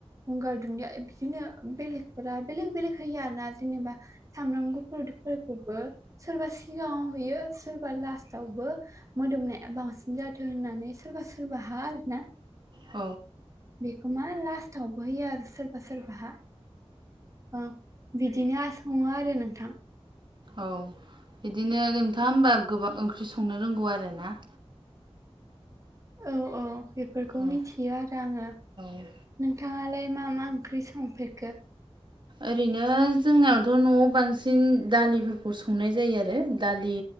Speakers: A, on the right (about 30°); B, on the right (about 45°).
A: गंगार दुन्दिया बिदिनो बेलेग बेलेग बेलेग होयो आरोना जेनेबा सामब्राम गुफुरुफोरखौबो सोरबा सिगाङाव होयो सोरबा लास्ताबो मोदोमनाया बांसिन जाथों होननानै सोरबा सोरबा हा आरोना
B: औ
A: बेखौ मा लास्टावबो होयो आरो सोरबा सोरबाहा। औ बिदिनो आ सङो आरो नोंथां।
B: औ बिदिनो नोंथाङा होमबा गोबां ओंख्रि संनो रोंगौ आरोना।
A: औ औ बेफोरखौ
B: औ
A: मिथियो आरो आङो।
B: औ
A: नोंथाङालाय मा मा ओंख्रि संफेरखो?
B: ओरैनो जोंनावथ' न'आव बांसिन दालिफोरखौ संनाय जायो आरो दालि